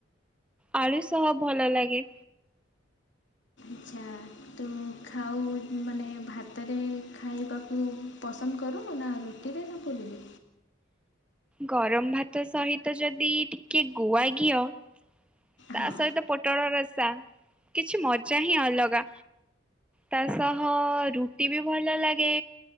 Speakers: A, in the centre; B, on the left.
A: ଆଳୁ ସହ ଭଲ ଲାଗେ।
B: ଆଛା ତୁ ଖାଉ, ମାନେ ଭାତରେ ଖାଇବାକୁ ପସ୍ ନ୍ଦ କରୁ ନା ରୁଟିରେ ନା ପୁରିରେ?
A: ଗରମ ଭାତ ସହିତ ଯଦି ଟିକେ ଗୁଆ ଘିଅ। ତା
B: ହଁ
A: ସହିତ ପୋଟଳ ରସା କିଛି ମଜା ହିଁ ଅଲଗା ତା ସହ ରୁଟି ବି ଭଲ ଲାଗେ